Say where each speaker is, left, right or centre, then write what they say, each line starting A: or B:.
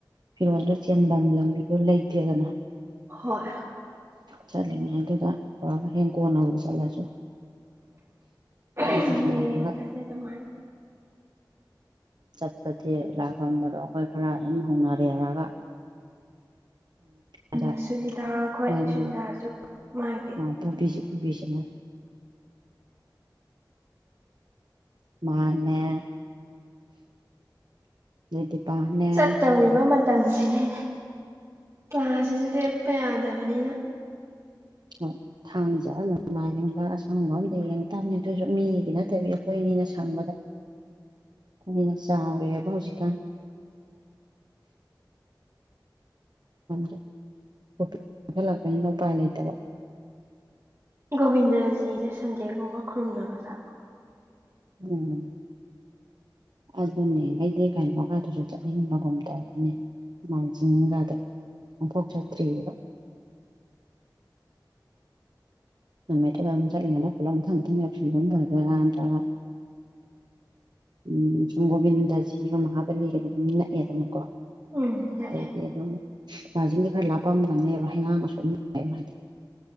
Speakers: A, on the right (about 70°); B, on the right (about 35°).
A: ꯐꯤꯔꯣꯜꯗꯨꯣ ꯆꯦꯟꯐꯝ ꯂꯝꯕꯤꯗꯣ ꯂꯩꯇꯦꯗꯅ
B: ꯍꯣꯏ
A: ꯆꯠꯂꯤꯉꯩ ꯑꯗꯨꯗ ꯄꯨꯔꯒ ꯍꯌꯦ ꯀꯣꯟꯅꯅꯕ ꯆꯠꯂꯁꯨ
B: ꯑꯣ
A: ꯁꯨꯝ ꯄꯨꯁꯜꯂꯝꯃꯒ
B: ꯍꯁꯦ ꯇꯃꯥꯏ
A: ꯆꯠꯄꯗꯤ ꯂꯥꯛꯈꯔꯝꯕꯗꯣ ꯑꯩꯈꯣꯏ ꯈꯔ ꯑꯗꯨꯝ ꯍꯧꯅꯔꯦꯔꯒ ꯀꯔ
B: ꯎꯝ ꯁꯨꯖꯤꯇꯥ ꯑꯩꯈꯣꯏ
A: ꯃꯗꯤ
B: ꯁꯨꯖꯤꯇꯥꯁꯨ ꯃꯥꯒꯤ
A: ꯑ ꯄꯨꯕꯤꯁꯤ ꯄꯨꯕꯤꯁꯤ ꯃ ꯃꯥꯅꯦ ꯑꯗꯩ ꯗꯤꯄꯥꯅꯦ
B: ꯆꯠꯇꯧꯔꯤꯕ
A: ꯑꯗꯩ
B: ꯃꯇꯝꯁꯤꯅꯦꯅꯦ ꯀ꯭ꯂꯥꯁꯁꯤꯁꯨ ꯂꯦꯞꯄ ꯌꯥꯗꯕꯅꯤꯅ
A: ꯎꯝ ꯁꯥꯡꯖꯕ ꯅꯃꯥꯏꯕ ꯑꯁꯪꯕ ꯑꯝꯗ ꯌꯦꯡꯛꯇꯕꯅꯦ ꯑꯗꯨꯑꯣꯁꯨ ꯃꯤꯒꯤ ꯅꯠꯇꯕꯤ ꯑꯩꯈꯣꯏꯅꯤꯅ ꯁꯪꯕꯗ
B: <inaudible>
A: ꯎ ꯆꯥꯎꯋꯦꯕ ꯍꯧꯖꯤꯀꯥꯟ ꯗ ꯀꯣꯄꯤ ꯀꯈꯠꯂꯛꯄꯅꯤꯅ ꯎꯄꯥꯏ ꯂꯩꯇꯕ
B: ꯒꯣꯕꯤꯟꯗꯖꯤꯁꯦ ꯁꯟꯗꯦꯒꯨꯝꯕ ꯈꯨꯔꯨꯝꯅꯕꯖꯥꯠꯣ
A: ꯎꯝ ꯑꯗꯨꯅꯦ ꯑꯩꯗꯤ ꯀꯩꯅꯣꯀꯗꯨꯁꯨ ꯆꯠꯅꯤꯡꯕꯒꯨꯝ ꯇꯧꯔꯤꯅꯦ ꯃꯖꯅꯒꯗ꯭ꯔ ꯑꯣꯐꯥꯎ ꯆ ꯊ꯭ꯔꯤꯕ ꯅꯝꯃꯦꯇꯝ ꯆꯉ ꯐꯂꯪꯪ ꯂꯜꯒꯕꯔꯗꯗ꯭ꯔꯒ ꯎꯝ ꯁꯨꯝ ꯒꯣꯕꯤꯟꯗꯖꯤꯒ ꯃꯍꯥꯕꯂꯤꯒꯗꯤ ꯑꯗꯨꯝ ꯅꯛꯑꯦꯗꯅꯀꯣ
B: ꯎꯝ ꯅꯛꯑꯦ
A: ꯑꯗꯩꯗꯤ ꯑꯗꯨ ꯃꯥꯔꯖꯟꯗꯤ ꯈꯔ ꯂꯥꯞꯄꯝꯒꯅꯦꯕ ꯍꯩꯉꯥꯡꯒꯁꯨꯝ ꯌꯥ ꯍꯥꯏꯗꯤꯦ